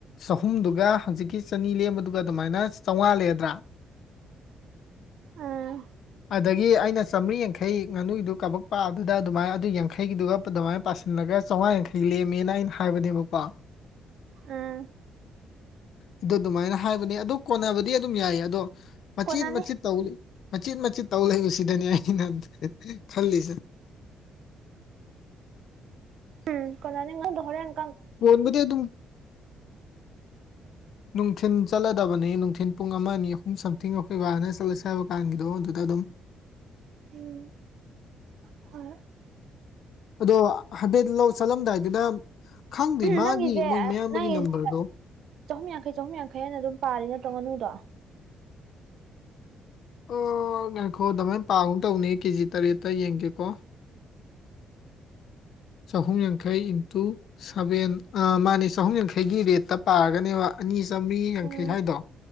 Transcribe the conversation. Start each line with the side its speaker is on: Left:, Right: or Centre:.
Left: ꯆꯍꯨꯝꯗꯨꯒ ꯍꯧꯖꯤꯛꯀꯤ ꯆꯅꯤ ꯂꯦꯝꯕꯗꯨꯒ ꯑꯗꯨꯃꯥꯏꯅ ꯆꯥꯝꯃꯉꯥ ꯂꯩꫪꯗ꯭ꯔꯥ
Right: ꯑꯥ
Left: ꯑꯗꯒꯤ ꯑꯩꯅ ꯆꯥꯝꯃꯔꯤ ꯌꯥꯡꯈꯩ ꯉꯥꯅꯨꯒꯤꯗꯨ ꯀꯕꯛ ꯄꯥꯛꯕꯗꯨꯗ ꯑꯗꯨꯃꯥꯏꯅ ꯑꯗꯨ ꯌꯥꯡꯈꯩꯒꯤꯗꯨꯒ ꯑꯗꯨꯃꯥꯏꯅ ꯄꯥ ꯁꯜꯂꯒ ꯆꯥꯝꯃꯉꯥ ꯌꯥꯡꯈꯩ ꯂꯦꯝꯃꯦꯅ ꯑꯩꯅ ꯍꯥꯏꯕꯅꯦꯕꯀꯣ
Right: ꯎꯝ
Left: ꯑꯗꯨ ꯑꯗꯨꯃꯥꯏꯅ ꯍꯥꯏꯕꯅꯦ ꯑꯗꯨ ꯀꯣꯟꯅꯕꯗꯤ ꯑꯗꯨꯝ ꯌꯥꯏ ꯑꯗꯣ ꯃꯆꯤꯠ
Right: ꯀꯣꯟꯅꯅꯤ
Left: ꯃꯆꯤꯠ ꯇꯧ ꯃꯆꯤꯠ ꯃꯆꯤꯠ ꯇꯧ ꯂꯩꯕꯁꯤꯗꯅꯦ ꯑꯩꯅ ꯈꯜꯂꯤꯁꯦ
Right: ꯎꯝ ꯀꯣꯟꯅꯅꯤ ꯉꯥꯅꯨꯗꯣ ꯍꯣꯏꯔ‌‌ꯦꯟ
Left: ꯀꯣꯟꯕꯨꯗꯤ ꯑꯗꯨꯝ ꯅꯨꯡꯊꯤꯟ ꯆꯠꯂꯗꯕꯅꯤ ꯅꯨꯡꯊꯤꯟ ꯄꯨꯡ ꯑꯃ ꯑꯅꯤ ꯑꯍꯨꯝ ꯁꯝꯊꯤꯡ ꯑꯩꯈꯣꯏ ꯕꯥꯅ ꯆꯠꯂꯁꯦ ꯍꯥꯏꯕ ꯀꯥꯟꯒꯤꯗꯣ ꯑꯗꯨꯗ ꯑꯗꯨꯝ
Right: ꯎꯝ ꯍꯣꯏ
Left: ꯑꯗꯣ ꯍꯥꯏꯐꯦꯠꯇꯤ ꯂꯧ ꯆꯠꯂꯝꯗꯥꯏꯗꯨꯗ ꯈꯪꯗꯦ ꯃꯥꯒꯤ
Right: ꯅꯪꯒꯤꯁꯦ
Left: ꯃꯣꯏ ꯃꯌꯥꯝꯕꯒꯤ
Right: ꯅꯪꯒꯤꯁꯦ
Left: ꯅꯝꯕꯔꯗꯣ
Right: ꯆꯍꯨꯝ ꯌꯥꯡꯈꯩ ꯆꯍꯨꯝ ꯌꯥꯡꯈꯩ ꯍꯥꯏꯅ ꯑꯗꯨꯝ ꯄꯥꯔꯤ ꯅꯠꯇ꯭ꯔꯣ ꯉꯥꯅꯨꯗꯣ
Left: ꯑꯣ ꯉꯥꯏꯈꯣ ꯑꯗꯨꯃꯥꯏꯅ ꯄꯥꯒꯨꯝ ꯇꯧꯕꯅꯤ ꯀꯦꯖꯤ ꯇꯔꯦꯠꯇ ꯌꯦꯡꯒꯦꯀꯣ ꯆꯍꯨꯝ ꯌꯥꯡꯈꯩ ꯏꯟꯇꯨ ꯁꯚꯦꯟ ꯑ ꯃꯥꯅꯦ ꯆꯍꯨꯝ ꯌꯥꯡꯈꯩꯒꯤ ꯔꯦꯠꯇ ꯄꯥꯔꯒꯅꯦꯕ ꯑꯅꯤ ꯆꯥꯝꯔꯤ ꯌꯥꯡꯈꯩ
Right: ꯎꯝ
Left: ꯍꯥꯏꯗꯣ